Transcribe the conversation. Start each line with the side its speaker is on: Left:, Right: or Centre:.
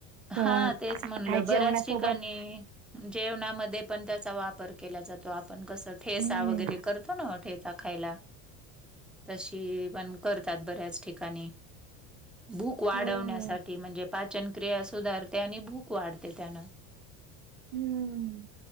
Centre: हा
Right: तर
Centre: तेच म्हणलं
Right: काय
Centre: बऱ्याच
Right: जेवणासोबत
Centre: ठिकाणी जेवणामध्ये पण त्याचा वापर केला जातो आपण कस ठेसा
Right: हम्म
Centre: वगैरे करो ना ठेचा खायला तशी पण करतात बऱ्याच ठिकाणी भूक वाढवण्यासाठी
Right: हो हो
Centre: म्हणजे पाचनक्रिया सुधारते आणि भूक वाढते त्यानं
Right: हम्म